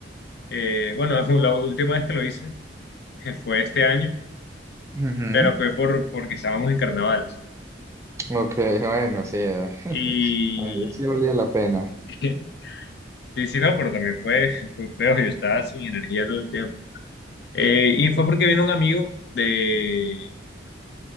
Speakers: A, on the left; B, on the right.
A: Eh, bueno, <laughs> la última vez que lo hice <laughs> fue este año,
B: Ujú.
A: pero fue por, porque estábamos en carnavales.
B: Ok, <laughs> bueno, sí, eh, <laughs>
A: Y
B: ahí sí valía la pena.
A: <laughs> sí, sí, no, pero también fue, <laughs> fue feo, yo estaba sin energía todo el tiempo. Eh, y fue porque vino un amigo de,